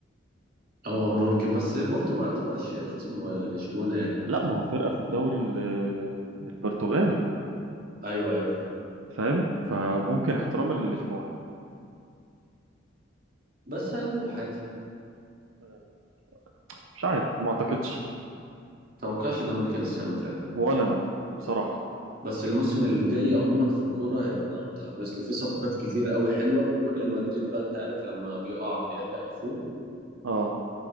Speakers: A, on the right; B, on the right.
A: <laughs> اه ممكن بس بورتو ما يعتبرش خصم لشبونة يعني
B: لا ما هو فرقه في الدوري ال- البرتغالي
A: ايوه ايوه فاهم
B: فاهم فممكن احتراما للشبون
A: بس هيروح عادي
B: مم. مش عارف ما اعتقدش
A: متوقعش ده من كريستيانو فعلا
B: ولا انا بصراحة
A: بس الموسم الجاي عموما في الكورة هيبقى أنا متحمس له في صفقات كتير قوي حلوة وريال
B: مم.
A: مدريد بقى أنت عارف لما بيقع بيرجع يفوق
B: اه